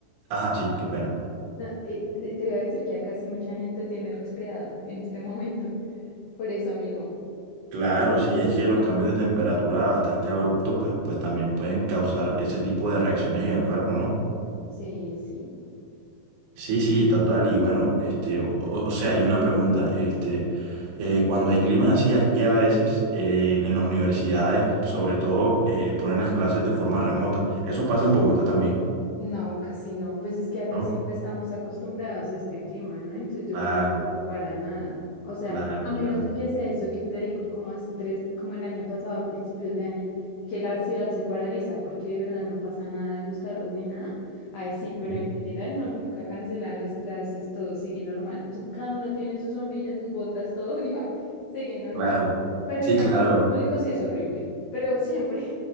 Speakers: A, on the right; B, on the left.
A: ajá, sí, qué pena.
B: no, eh, de- te iba a decir que acá sí mucha gente tiene resfriado en este momento, por eso mismo.
A: Claro, sí, es que los cambios de temperatura bastante abruptos, pues, pues también pueden causar ese tipo de reacciones en el cuerpo, ¿no?
B: Sí, sí.
A: Sí, sí, total, y bueno, este, o, o- o sea, hay una pregunta, este, eh, cuando hay climas así, aquí a veces, eh, en las universidades, sobre todo, eh, ponen las clases de forma remota. Eso pasa en Bogotá también,
B: No, casi no. Pues es que acá
A: ¿no?
B: siempre estamos acostumbrados a este clima, ¿no? Entonces yo
A: Claro,
B: creo que no para nada. O sea,
A: claro,
B: a menos
A: claro,
B: de que sea eso que te digo, como hace tres, como el año pasado, a principios de año, que la ciudad se paraliza porque de verdad no pasa nada de los carros ni nada. Ahí sí, pero
A: ¿sí?
B: en general no, nunca cancelan las clases, todo sigue normal. Su- Cada uno tiene su sombrilla, sus botas, todo <laughs> y va, sigue normal.
A: claro,
B: Pero
A: sí,
B: el transporte
A: claro,
B: público sí es horrible, pero siempre.